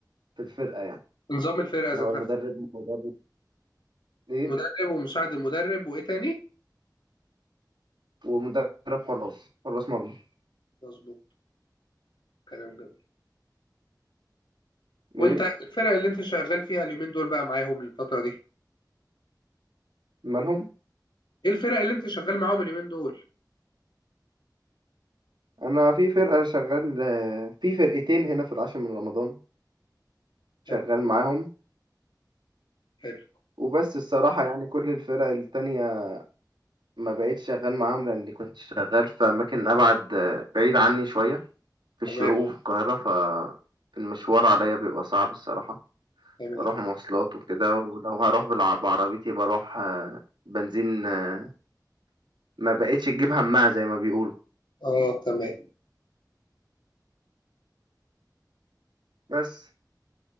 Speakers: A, on the right; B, on the left.
A: في الفرقة يعني
B: نظام الفرقه
A: اللي
B: ذات
A: هو المدرب
B: نفسها
A: مدرب إيه
B: المدرب ومساعد المدرب وايه تاني
A: ومدرب حراس حراس مرمى
B: مظبوط كلام جميل وانت
A: إيه
B: الفرق اللي انت شغال فيها اليومين دول بقى معاهم الفتره دي
A: مالهم
B: ايه الفرق اللي انت شغال معاهم اليومين دول
A: أنا في فرقة شغال آه، في فرقتين هنا في العاشر من رمضان
B: حلو
A: شغال معاهم
B: حلو
A: وبس الصراحة يعني كل الفرق التانية ما بقيتش شغال معاهم لأني كنت شغال في أماكن أبعد آه، بعيد عني شوية في الشروق
B: تمام
A: وفي القاهرة ف المشوار عليا بيبقى صعب الصراحة
B: تمام
A: بروح مواصلات وكده ولو هروح بالع- بعربيتي بروح آه، بنزين آه، ما بقتش تجيب همها زي ما بيقولوا
B: اه تمام
A: بس